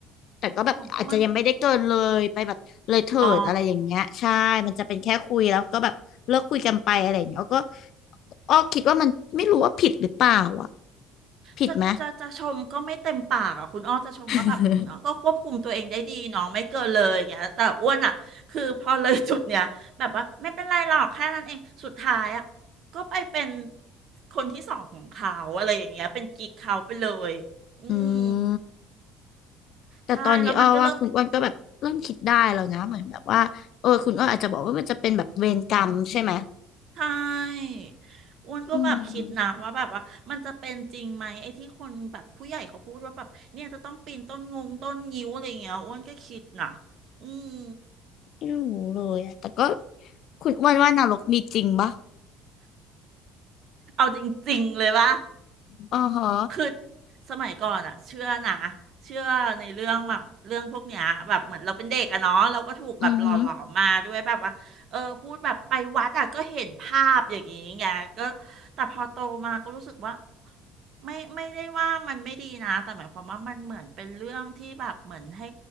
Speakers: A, on the left (about 45°); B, on the right (about 40°).
A: แต่ก็แบบอาจจะยังไม่ได้เกินเลยไปแบบเลยเถิดอะไรอย่างเงี้ยใช่มันจะเป็นแค่คุยแล้วก็แบบเลิกคุยกันไปอะไรอย่างเงี้ยอ้อก็
B: ของอ้วนอ๋อ
A: อ้อคิดว่ามันไม่รู้ว่าผิดหรือเปล่าอ่ะผิดไหม
B: จะจะจะชมก็ไม่เต็มปากอ่ะคุณอ้อจะชมว่าแบบคุณอ้อก็ควบคุมตัวเองได้ดีเนาะไม่เกินเลยอย่างเงี้ยแต่อ้วนอ่ะคือพอเลยจุดเนี้ยแบบว่าไม่เป็นไรหรอกแค่นั้นเองสุดท้ายอ่ะ
A: <laughs>
B: ก็ไปเป็นคนที่สองของเขาอะไรอย่างเงี้ยเป็นกิ๊กเขาไปเลยอืม
A: อืมแต่ตอนนี้อ้อว่าคุณอ้วนก็แบบเริ่มคิดได้แล้วนะเหมือนแบบว่าเออคุณอ้วนอาจจะบอกว่ามันจะเป็นแบบเวรกรรมใช่ไหม
B: ใช่แล้วมันก็เริ่มใช่อ้วนก็แบบคิดนะว่าแบบว่ามันจะเป็นจริงไหมไอ้ที่คนแบบผู้ใหญ่เขาพูดว่าแบบเนี่ยจะต้องปีนต้นงงต้นงิ้วอะไรอย่างเงี้ยอ้วนก็คิดนะ
A: อืม
B: อืม
A: ไม่รู้เลยอะแต่ก็คุณอ้วนว่านรกมีจริงปะ
B: เอาจริงๆเลยว่า
A: อ๋อฮะ
B: คือสมัยก่อนอะเชื่อนะเชื่อในเรื่องแบบเรื่องพวกเนี้ยแบบเหมือนเราเป็นเด็กอะเนาะเราก็ถูกแบบหล่อหลอมมาด้วยแบบว่าเออพูดแบบไปวัดอะก็เห็นภาพอย่างนี้ไงก็
A: อือฮึ
B: แต่พอโตมาก็รู้สึกว่าไม่ไม่ได้ว่ามันไม่ดีนะแต่หมายความว่ามันเหมือนเป็นเรื่องที่แบบเหมือนให้